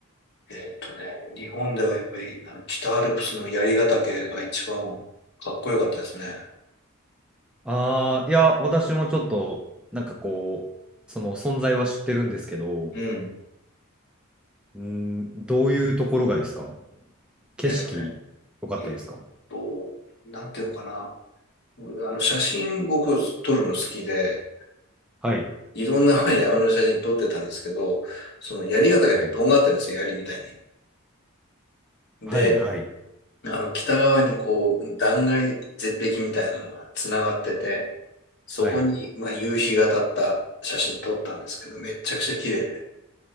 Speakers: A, on the left; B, in the centre.
A: えっとね、日本ではやっぱりあの北アルプスの槍ヶ岳が一番かっこよかったですね。
B: ああー、いや、私もちょっと、なんかこう、その存在は知ってるんですけど、
A: うん。
B: うん、どういうところがですか景色、
A: えっとね、
B: 良かったですか
A: えっと、なんていうのかな。あの写真僕撮るの好きで、
B: はい、
A: いろんなまあ山の写真撮ってたんですけど、その槍ヶ岳ってとんがってるんですよ、
B: はい、
A: 槍みたいに。で、
B: はい、はい、
A: あの北側にこう断崖絶壁みたいなのがつながってて、そこに、
B: はい。
A: まあ、夕日が当たった写真撮ったんですけど、めっちゃくちゃ綺麗で。